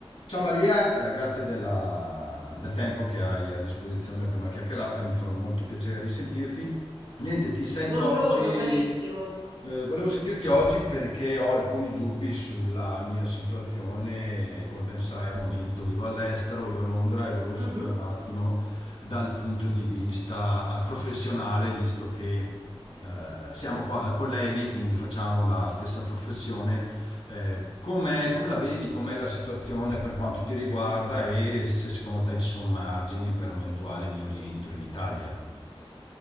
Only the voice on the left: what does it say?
Ciao Maria, eh, grazie della- del tempo che hai a disposizione per una chiacchierata, mi fa molto piacere risentirti. Niente, ti sento
oggi,
eh, volevo sentirti oggi perché ho alcuni dubbi sulla mia situazione. Come ben sai, al momento vivo all'estero, vivo a Londra e volevo sapere
un attimo dal punto di vista, eh, professionale, visto che, eh, siamo qua- colleghi, quindi facciamo la stessa professione eh, com'è- come la vedi, com'è la situazione per quanto ti riguarda e se secondo te ci sono margini per un eventuale mio rientro in Italia?